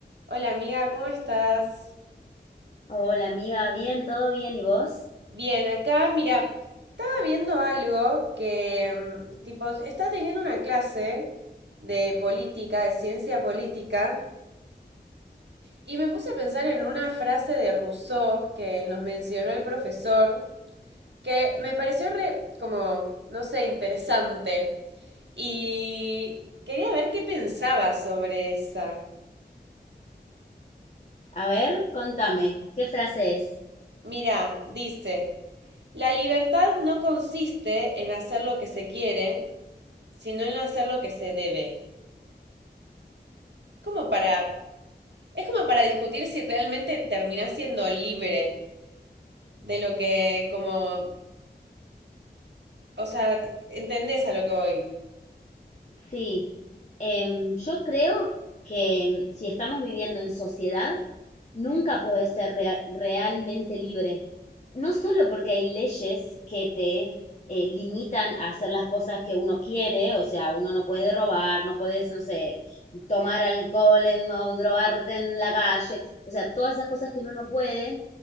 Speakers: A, on the right; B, on the left.
A: Hola amiga, ¿cómo estás?
B: Hola amiga, bien, todo bien, ¿y vos?
A: Bien, acá, mira, estaba viendo algo que, mm, tipo, estaba teniendo una clase de política, de ciencia política, y me puse a pensar en una frase de Rousseau que nos mencionó el profesor, que me pareció re, como, no sé, interesante, y quería ver qué pensaba sobre esa.
B: A ver, contame, ¿qué frase es?
A: Mira, dice, la libertad no consiste en hacer lo que se quiere, sino en no hacer lo que se debe. como para, es como para discutir si realmente terminás siendo libre de lo que, como, o sea, entendés a lo que voy.
B: Sí, em, yo creo que em, si estamos viviendo en sociedad, nunca podés ser rea- realmente libre. No solo porque hay leyes que te eh, limitan a hacer las cosas que uno quiere, o sea, uno no puede robar, no puedes, no sé, tomar alcohol em, o drogarte en la calle, o sea, todas esas cosas que uno no puede,